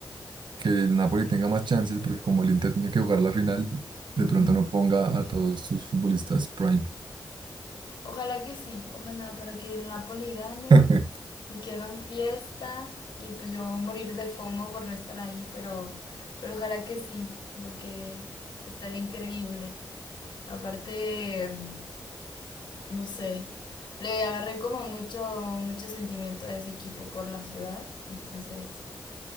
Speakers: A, on the right (about 85°); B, on the left (about 80°).
A: que el Napoli tenga más chances, porque como el Inter tiene que jugar la final, de
B: ujú.
A: pronto no ponga a todos sus futbolistas prime.
B: Ojalá que sí, ojalá para que el Napoli gane
A: <laughs>
B: y que hagan fiesta y pues yo voy a morir de FOMO por no estar ahí, pero, pero ojalá que sí, porque estaría increíble. Aparte, no sé, le agarré como mucho, mucho sentimiento a ese equipo por la ciudad, entonces